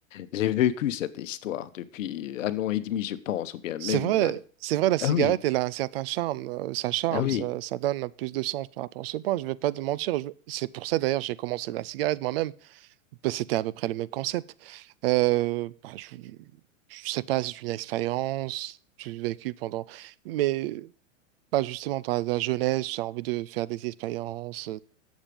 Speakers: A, on the left (about 70°); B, on the right (about 50°).
A: J'ai vécu cette histoire depuis un an et demi, je pense, ou bien
B: C'est
A: même
B: vrai,
A: une année.
B: c'est vrai, la cigarette,
A: Ah oui,
B: elle a un certain charme, euh, ça charme,
A: ah oui.
B: ça, ça donne plus de sens par rapport à ce point. Je vais pas te mentir, je- c'est pour ça d'ailleurs j'ai commencé la cigarette moi-même. Bah, C'était à peu près le même concept. Euh, bah, je, je sais pas, c'est une expérience que j'ai vécue pendant, mais pas justement dans la jeunesse, j'ai envie de faire des expériences,